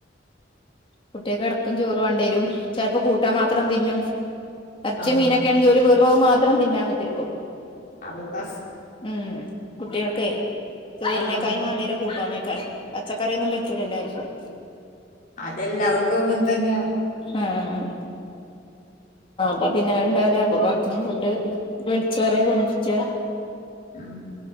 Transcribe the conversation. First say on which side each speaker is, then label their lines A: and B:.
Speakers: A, on the left; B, on the left.
A: കുട്ടിയ്ക് ഇടക്കും ചോറ് വണ്ടിവരും ചിലപ്പോ കൂട്ടാൻ മാത്രം തിന്നും ഇറച്ച
B: ആഹ്
A: മീനൊക്കെണെങ്കിൽ ഒരു വെറുവ് മാത്രം തിങ്ങാ കുത്തിരിക്കും
B: അന്താ
A: ഉം കുട്ടികൾക്കയി ചോറിനേക്കായ
B: ആഹ്
A: വണ്ടിയരെ കൂട്ടാനേകാരം പച്ചക്കറിയൊന്നും പറ്റൂല എല്ലാർക്കും
B: അതെല്ലവിടെതും അങ്ങനെതന്നെയാ
A: ആഹ അപ്പ പിന്നെ അത്ണ്ടാവില്ല അപ്പൊ പുറത്തുന്ന് ഫുഡ് വിളിച്ച് പറയ കൊണ്ടിറിച്ചാ
B: ഉം